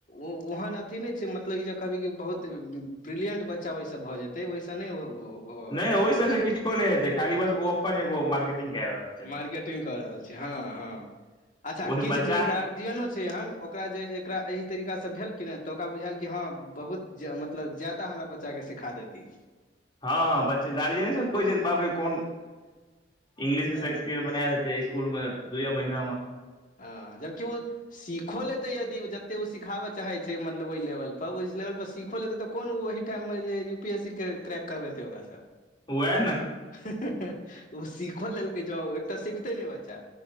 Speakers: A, on the left; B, on the left.
A: ओ ओहन अथी नहि छै मतलब ई जे कहबै कि बहुत ब्रिलिंट बच्चा ओइस भऽ जेतै ओइस नहि होवयवला
B: नहि
A: छै
B: ओए सब स किछो नहि हेते खाली बस ओ अपन एगो मार्केटिंग कै रहल छै
A: मार्केटिंग
B: बस
A: कऽ रहल छै हँ हँ अच्छ
B: ओहि
A: किछ
B: बच्चा
A: जे गार्जियनो छै एहन ओकरा जे एकरा एहि तरीकासँ भेल कि न तऽ ओकरा बुझायल कि हँ बहुत मतलब जादा हमरा चा केँ सिखा देती
B: हँ बच्चे गार्जियने सब केँ बाप रे कोन <inaudible> इंग्लिश केँ
A: हँ
B: शेक्सपियर बना दे जे इसकुल में दुयौ महीना म
A: हँ जबकि ओ सीखो लेतै यदि जतेक ओ सिखाबय चाहै छै मतलब ओहि लेवलपर ओहि लेवल पर सीखो लेतै तऽ कोन ओहि टाइम मऽ जे U P S C track करबेते ओकरा सऽ
B: वैह नऽ
A: <unintelligible> ओ सिखो लेलकै जोउ एकटा सिखतै नै बच्चा